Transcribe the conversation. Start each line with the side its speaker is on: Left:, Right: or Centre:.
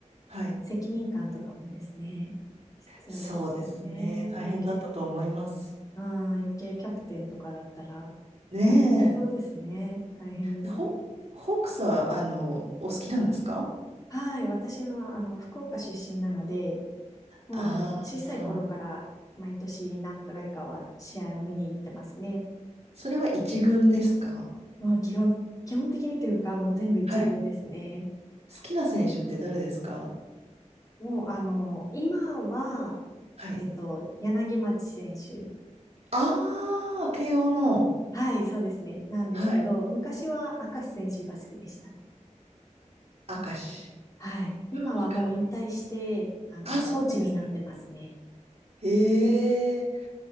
Right: はい。
Left: 責任感とかもですね、必要ですよね。
Right: そうですね。大変だったと思います。
Left: 余計、うん、余計キャプテンとかだったら、
Right: ね
Left: よりそうですね。大変ですよね。
Right: え。ホ、ホークスは、あの、お好きなんですか
Left: はい、私はあの福岡出身なので、もう小さい頃から毎年何回かは試合を見に行ってますね。
Right: ああー、それは一軍ですか
Left: まあ、基本、基本的にというか、もう全部一軍ですね。
Right: はい。好きな選手って誰ですか
Left: もう、あの、今は、
Right: はい。
Left: えっと、柳町選手。
Right: ああ、慶応の、
Left: はい、そうですね。なんですけど、
Right: はい。
Left: 昔は明石選手が好きでしたね。
Right: 明石。
Left: はい。今はもう引退して、
Right: あわかんない。
Left: あの、
Right: あ、そうなんですか。
Left: コーチになってますね。
Right: へえ。